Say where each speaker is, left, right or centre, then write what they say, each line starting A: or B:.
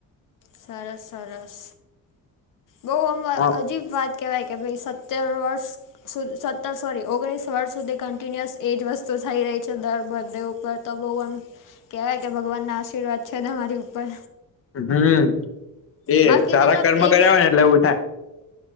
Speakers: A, on the left; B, on the left.
A: સરસ સરસ બઉ આમ
B: હા.
A: અજીબ વાત કહેવાય કે ભઈ સત્તર વર્ષ સત્તર સોરી ઓગણીસ વર્ષ સુધી કન્ટિન્યુઅસ એ જ વસ્તુ થઈ રહી છે દર બર્ડે ઉપર. તો બહુ એમ કહેવાય કે ભગવાનના આશીર્વાદ છે તમારી ઉપર.
B: હમ્મ, એ
A: બાકી
B: સારા
A: મતલબ
B: કર્મ
A: એક
B: કર્યા હોય ને એટલે એવું થાય.